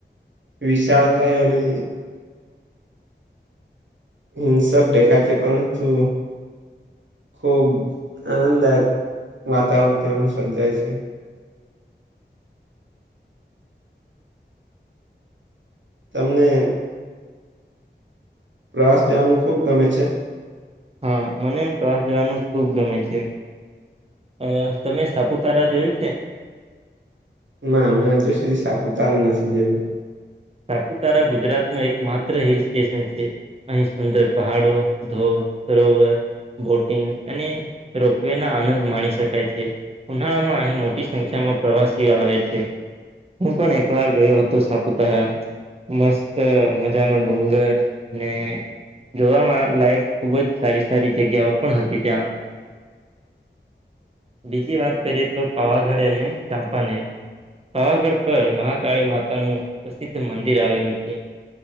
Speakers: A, on the right (about 80°); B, on the right (about 35°).
A: વિશાળતાાય અને. હિંસક દેખાાય છે પરંતુ. ખુબ આનંદદાયક વાતાવરણ ત્યા સર્જાય છે. તમને. પ્રસ જવાનું ખૂબ ગમે છે.
B: હા મને પ્રવાસ જવાનું ખુબ ગમે છે. અ તમે સાપુતારા જોયું છે.
A: ના અમે આજે સુધી સાપું તાર નથીસીી જ.
B: સાપુતારા ગુજરાત ન એક માત્ર હિલ સ્ટેશન છે. અહીં સુંદર પહાડો ધોધ સરોવર. બોટિંગ અને રોપવે ના આનંદ માણી શકાય છે. ઉનાળામાં અહીં મોટી સંખ્યામાં પ્રવાસીઓ આવે છે. હું પણ એક વાર ગયો હતો સાપુતારા. મસ્ત મજા ન ડુંગર ને. જોવામાં લાયક ખૂબ જ સારી સારી જગ્યાઓ પણ હતી ત્યાં. બીજી વાત કરીએે તો પાવાગઢ અને ચાંપાનેર. પાવાગઢ પર મહાકાળી માતાનું પ્રસિદ્ધ મંદિર આવેલું છે.